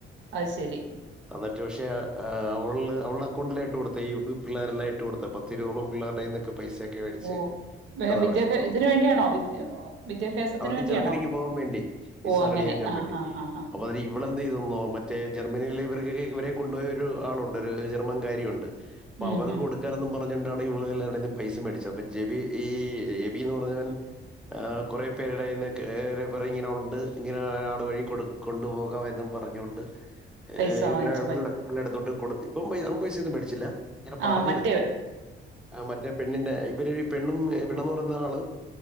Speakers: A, on the right; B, in the centre.
A: അത്ശെരി
B: അന്നിട്ട് പക്ഷേ അ ആഹ് അവള് അവൾടക്കൗണ്ടിലായിട്ട് കൊടുത്ത ഈ പിള്ളേരെല്ലാം ഇട്ട് കൊടുത്തപ്പം തിരുളം പിള്ളാർടെന്നെക്കെ പൈസയെക്കെ മേടിച്ച്
A: ഓ
B: കട്ടത
A: വേ വിദ്യാഭ്യാ
B: പക്ഷിപ്പം
A: ഇതിന് വേണ്ടിയാണോ വിദ്യ വിദ്യാഭ്യാസത്തിന്
B: അവർക്ക്
A: വേണ്ടിയാണോ
B: ജർമ്മനിക്ക് പോവാൻ വേണ്ടി വിസ
A: ഓ അങ്ങനെ
B: റെഡിയാക്കാൻ
A: ആ
B: വേണ്ടി
A: ആ ആ ആ
B: അപ്പ അത് ഇവളെന്തെയ്‌തെന്നോ മറ്റേ ജർമ്മനില് ഇവര്ക്ക് ഇവരെ കൊണ്ടുപോയൊരു ആളുണ്ട് ഒരു ജർമ്മൻകാരി ഉണ്ട് അപ്പൊ
A: ഉം
B: അവർക്ക്
A: ഉം
B: കൊടുക്കാനൊന്നും പ പറഞ്ഞുകൊണ്ടാണ് ഇവിടെ എല്ലാവരുടേന്നും പൈസ മേടിച്ചത് അപ്പോ ജെബി ഈ എബീന്ന് പറഞ്ഞവൻ ആഹ് കുറേ പേരുടെ കയ്യിന്ന്ക്കെ <unintelligible> കുറെ പേർ ഇങ്ങനെ ഉണ്ട് ഇങ്ങനെ ഒരാൾ വഴി കൊണ്ട് പോകാകാമെന്നും പറഞ്ഞുകൊണ്ട് <unintelligible>
A: പൈസ വാങ്ങിച്ച് പറ്റ്
B: അടുത്തോട്ട് കൊടുത്ത് ഇപ്പം പൈ അവൻ പൈസ ഒന്നും മേടിച്ചില്ല ഇങ്ങനെ
A: ആഹ്
B: പറഞ്ഞു
A: മറ്റവൻ
B: ആ മറ്റേ പെണ്ണിന്റെ ഇ ഇവര് ഈ പെണ്ണും പെണ്ണെന്നു പറയുന്ന ആള്